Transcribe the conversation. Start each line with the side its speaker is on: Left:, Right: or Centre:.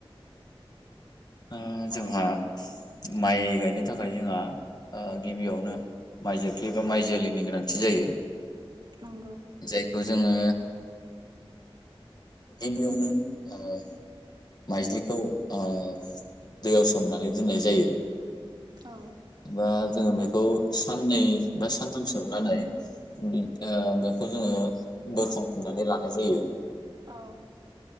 Left: ओ जोंहा
Right: औ
Left: माइ गायनो थाखाय जोंहा ओ गिबियावनो माइ जोख्लि एबा माइ जोलैनि गोनां थि जायो।
Right: नंगौ
Left: जायखौ जोङो गिबियावनो ओ माइज्लिखौ ओ दैयाव सोमनानै दोननाय जायो।
Right: औ।
Left: बा जोङो बेखौ साननै बा सानथाम सोमनानै ओ बेखौ जोङो बोखांफिननानै लानाय जायो।
Right: औ।